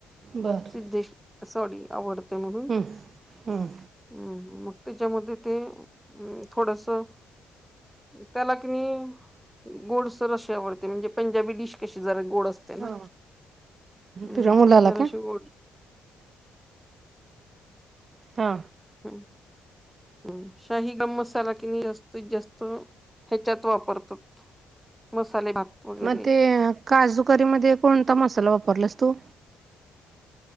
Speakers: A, on the right; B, in the centre.
A: बर.
B: सिद्धेश सॉरी आवडते म्हणून
A: हम्म हम्म.
B: हम् मग त्याच्यामध्ये ते थोडसं त्याला कि नाही गोड अस रशयावरती म्हणजे पंजाबी डिश कशी जरा गोड असते ना
A: हा
B: हम्म
A: तुझ्या मुलाला
B: जराशी
A: काय?
B: गोड
A: हा
B: हम्म ह शाही दम मसाला कि नाही जास्तीत जास्त ह्याच्यात वापरतात. मसाले भात वगैरे
A: मग ते काजूकरी मध्ये कोणता मसाला वापरलास तू